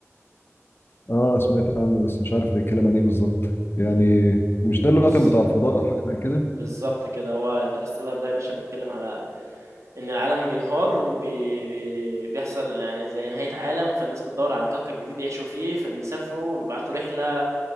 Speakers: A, on the left; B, on the right.
A: اه سمعت عنه بس مش عارف بيتكلم عن ايه بالظبط يعني مش ده اللي
B: بص
A: هو كان بتاع الفضاء او حاجه زي كده
B: بالظبط كده هو انترستيلر ده يا باشا بيتكلم على ان العالم بينهار وبيحصل يعني زي نهاية عالم فالناس بتدور على كوكب جديد يعيشوا فيه فبيسافروا وبيبعتوا رحلة